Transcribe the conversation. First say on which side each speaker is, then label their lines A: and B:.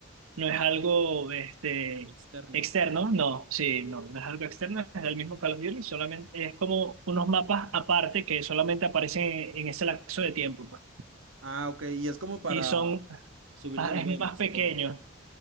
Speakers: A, on the right; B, on the right.
A: no es algo este,
B: Externo.
A: externo. No, sí, no, no es algo externo, es del mismo Call of Duty, solamente es como unos mapas aparte que solamente aparecen en, en ese lapso de tiempo, pues.
B: Ah, ok. Y es como para
A: Y son,
B: Subir
A: ah,
B: de nivel,
A: es más
B: supongo.
A: pequeño.